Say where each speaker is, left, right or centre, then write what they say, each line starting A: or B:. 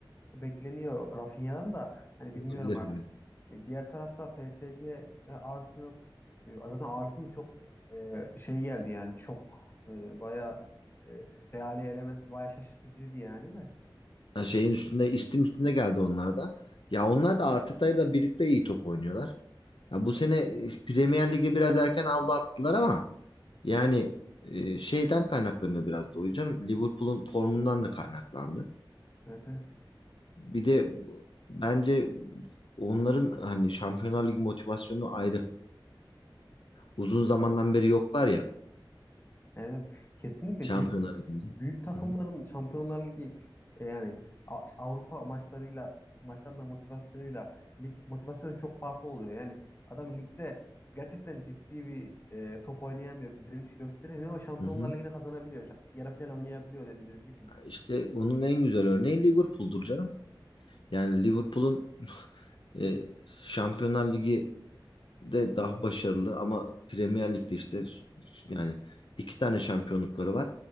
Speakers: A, on the left; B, on the left.
A: bekleniyor Rafinha'dan da hani
B: Olabilir
A: bilmiyorum artık.
B: evet.
A: E, diğer tarafta PSG, e, Arsenal e, zaten Arsenal çok e, şey geldi yani çok e, baya e, Real'i elemesi baya şaşırtıcıydı yani de.
B: Ha, şeyin üstünde, istim üstünde geldi onlar da. Ya onlar da Arteta'yla birlikte iyi top oynuyorlar. Ya bu sene e, Premier Lig'e biraz erken avlu attılar ama yani e, şeyden kaynaklanıyor biraz da hocam. Liverpool'un formundan da kaynaklandı.
A: Evet, evet.
B: Bir de bence onların hani Şampiyonlar Ligi motivasyonu ayrı. Uzun zamandan beri yoklar ya
A: Evet, kesinlikle
B: Şampiyonlar
A: büyük
B: Ligi'nde.
A: büyük takımların
B: Hı hı.
A: Şampiyonlar Ligi e, yani A- Avrupa maçlarıyla maçlarına motivasyonuyla lig motivasyonu çok farklı oluyor. Yani adam ligde gerçekten ciddi bir e, top oynayamıyor, bir direniş gösteremiyor ama Şampiyonlar
B: Hı hı.
A: Ligi'ne kazanabiliyor. Şa- Yarı final oynayabiliyor dediğiniz gibi.
B: İşte bunun en güzel örneği Liverpool'dur canım. Yani Liverpool'un <laughs> e, Şampiyonlar Ligi'de daha başarılı ama Premier Lig'de işte s- yani iki tane şampiyonlukları var.